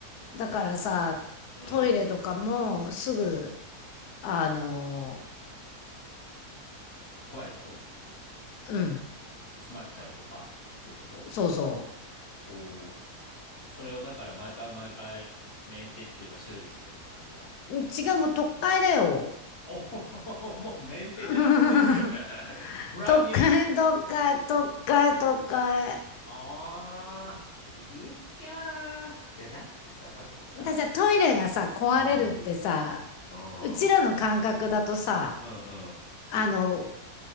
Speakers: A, on the left; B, on the left.
A: だからさ、
B: うん。
A: トイレとかもすぐ、あの、
B: 壊れちゃう
A: うん、
B: 詰まっちゃうとかそういうこと
A: そうそ
B: おおー、それをだから毎回毎回メンテっていうか修理してるって感じだ。
A: う。違う、もう特会だよ。
B: おお、<laughs> もうメンテじゃなくて
A: <laughs>
B: <laughs> ブランニューってことね。
A: 都会、都会、都会、都会。
B: ああ、言うきゃー。いや、だってさ、だってさ、
A: だ、じゃあトイレがさ、壊れるってさ、
B: うん、うん、うん、
A: うちらの感覚だとさ、
B: うん、うん、
A: あの、